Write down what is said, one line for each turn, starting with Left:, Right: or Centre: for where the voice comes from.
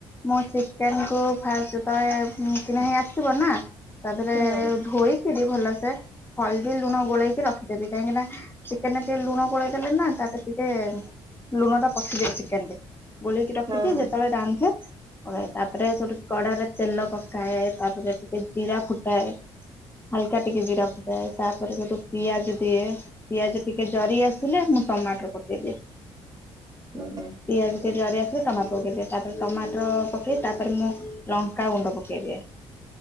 Left: ମୁଁ ଚିକେନକୁ ଫାଷ୍ଟ୍ ଯେତେବେଳେ କିଣା ହେଇ ଆସିଥିବ ନା। ତାପରେ
Right: ହୁଁ।
Left: ଧୋଇ ଦେବେ ଭଲସେ ହଳଦୀ ଲୁଣ ଗୋଳେଇକି ରଖିଦେବେ କାହିଁକିନା ଚିକେନରେ ଟିକେ ଲୁଣ ଗୋଳେଇ ଦେଲେନା ମାଂସ ରେ ଟିକେ ଲୁଣ ଟା ପଶିଯାଏ ଚିକେନରେ ଗୋଳେଇକି ରଖିଦିଏ।
Right: ହୁଁ ହୁଁ
Left: ହେ ପକାଏ ତାପରେ ଛୋଟ କଡାରେ ତେଲ ପକାଏ ତାପରେ ଟିକେ ଜିରା ଫୁଟାଏ। ହାଲକା ଟିକେ ଜିରା ଫୁଟାଏ ତାପରେ ଯୋଉଠୁ ପିଆଜ ଦିଏ ପିଆଜ ଟିକେ ଜରି ଆସିଲେ ଟମାଟର ପକେଇଦିଏ।
Right: ଉଁ ଉଁ
Left: ପିଆଜ ଟିକେ ଜାରି ଆସିଲେ ଟମାଟୋ ପକେଇଦିଏ। ତାପରେ ଟମାଟର ପକେଇ ତାପରେ ମୁଁ ଲଙ୍କା ଗୁଣ୍ଡ ପକେଇଦିଏ।